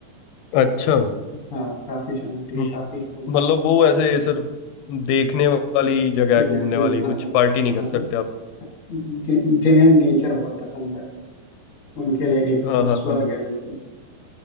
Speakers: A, on the left (about 85°); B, on the left (about 50°).
A: अच्छा
B: हाँ काफी शांति है
A: हम्म,
B: काफी लोग
A: मतलब वो ऐसे सिर्फ देखने वाली जगह
B: पीसफुल
A: है घूमने वाली कुछ
B: हाँ हाँ
A: पार्टी नहीं कर
B: हाँ,
A: सकते आप
B: जि, जिन्हें नेचर बहुत पसंद है उनके लिए
A: हाँ
B: एक वो
A: हाँ
B: स्वर्ग
A: हाँ
B: है बिल्कुल